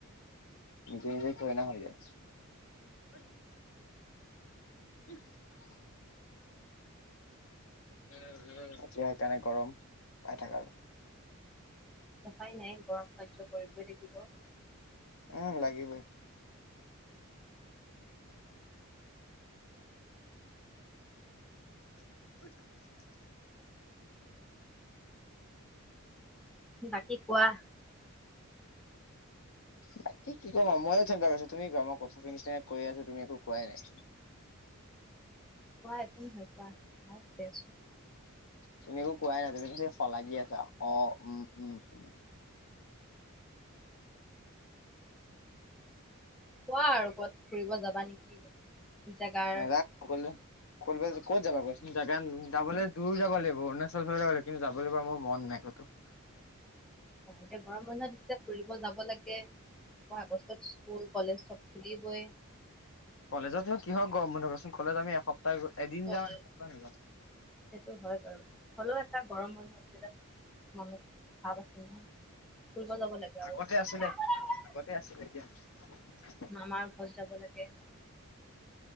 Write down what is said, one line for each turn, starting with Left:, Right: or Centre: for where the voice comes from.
Left: নিজে নিজে থৰে না হৈ যায়। <unintelligible> <unintelligible> এতিয়া সেইকাৰণে গৰম পাই থাক আৰু।
Centre: উপায় নাই গৰম সহ্য কৰিবই লাগিব।
Left: অ, লাগিবই। <unintelligible>
Centre: বাকী কোৱা।
Left: তাকে কি কম আও, ময়ে চিন্তা কৰিছোঁ। তুমি কোৱা। মই <unintelligible> নিচিনা কৈ কৈয়ে আছোঁ, তুমি একো কোৱাই নাই।
Centre: কোৱা, একো নহয় কোৱা। মই <inaudible> আছোঁ।
Left: তুমি একো কোৱাই নাই। তুমি <unintelligible> শলাগি আছা। অ' উম - উম - উম
Centre: কোৱা আৰু কবাত ফুৰিব যাবা নেকি? জাগাৰ
Left: নাযাওঁ অকলে <unintelligible> ক'ত যাবা কোৱাচোন। জাগা যাবলে দূৰ যাব লাগিব, অৰুণাচল ফালে যাব লাগিব। কিন্তু যাবলেএইবাৰ মোৰ মন নাই ক'তো। <inaudible>
Centre: অ, এতিয়া গৰম বন্ধ দিছে ফুৰিব যাব লাগে। আকৌ আগষ্টত স্কুল, কলেজ চব খুলি বৈ
Left: কলেজতনো কিহৰ গৰম বন্ধ কচোন। কলেজ আমি এসপ্তাহ, এদিন
Centre: কলেজ
Left: যাওঁ এসপ্তাহ নাযাওঁ।
Centre: সেইটো হয় বাৰু। হ'লেও এটা গৰম বুলি এটা মনত <unintelligible> আছে ন ফুৰিব যাব লাগে
Left: আগতে
Centre: আৰু।
Left: আছিলে
Centre: <unintelligible>
Left: আগতে আছিল, এতিয়া <unintelligible>
Centre: মামাৰ ঘৰত যাব লাগে।